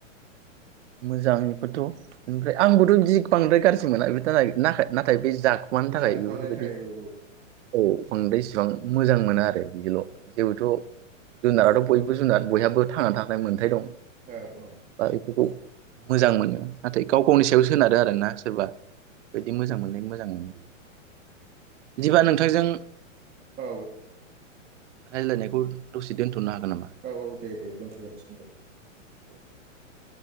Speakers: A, on the right; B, on the right.
A: मोजांनिबोथ' ओमफ्राय आंबोथ' बिदि बांद्राय गाज्रि मोना बे ना नाथाय बे जाखुमानि थाखाय
B: जाखुमानायनि
A: बेफोरबायदि
B: थाखाय औ
A: औ बांद्राय इसिबां मोजां मोना आरो बिल' जेबोथ' जुनाराथ' बयबो जुनार बयहाबो थांनो थाखाय मोनथाय दं बा
B: औ औ
A: बेखौ मोजां मोनो नाथाय गाव गावनि सा सायाव सोनारो आरोना सोरबा बिदि मोजां मोनलनाय मोजां मोनो बिदिबा नोंथांजों
B: औ
A: रायजलायनायखौ दसे दोनथ'नो हागोन नामा
B: औ औ दे दे दोनथ' जासिगोन दे
A: <inaudible>